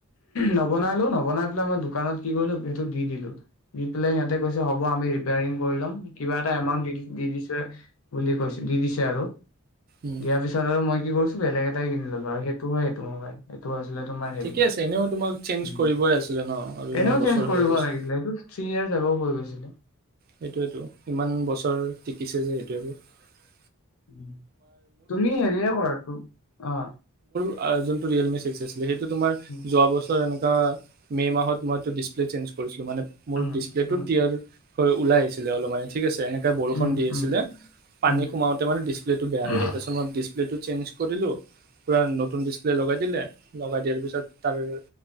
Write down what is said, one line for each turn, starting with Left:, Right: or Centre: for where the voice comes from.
Left: নবনালো নবনাই পেলাই মই দোকানত কি কৰিলো সেইটো দি দিলো দি পেলাই সিহঁতে কৈছে হ'ব আমি ৰিপিয়াৰিং কৰি লম কিবা এটা এমাউন্ট দি দিছে বুলি কৈছে দি দিছে আৰু
Right: উম,
Left: দিয়াৰ পিছত আৰু মই কি কৰিছো বেলেগ এটা এটা কিনি ললো আৰু সেইটো হয় এইটো মোবাইল সেইটো আ কি কয় তোমাৰ হেৰি
Right: ঠিকে আছে এনেও তোমাক চেঞ্জ
Left: উম
Right: কৰিবই আছিলে ন' আৰু ইমান
Left: এনেও
Right: বছৰ
Left: চেঞ্জ কৰিব
Right: হৈ গৈছে।
Left: লাগিছিলে এইটো চলিয়েই জাব বুলি আছিলে
Right: সেইটোৱেইটো ইমান বছৰ টিকিছে যে সেইটোৱেই বহুত
Left: উম তুমি হেৰিয়ে কৰা তোক অ
Right: আৰু যোনটো ৰিয়েলমি চলিছে, সেইটো তোমাৰ
Left: উম,
Right: যোৱা বছৰ এনে অ মে' মাহত মইটো ডিচপ্লে চেঞ্জ কৰিছিলো মানে মোৰ
Left: উম,
Right: ডিচপ্লেটো
Left: উম,
Right: তিয়ালো হয় ওলাইছো মানে ঠিক আছে এনেকে বৰষুণ
Left: উম,
Right: দি
Left: উম,
Right: আছিলে পানী
Left: উম,
Right: সোমাওতে মানে ডিচপ্লে সেটো বেয়া
Left: উম,
Right: হৈ গ'ল। তাৰপাছত মই ডিচ এইটো চেঞ্জ কৰিলো পুৰা নতুন ডিছপ্লে লগাই দিলে লগাই দিয়াৰ পিছত তাৰ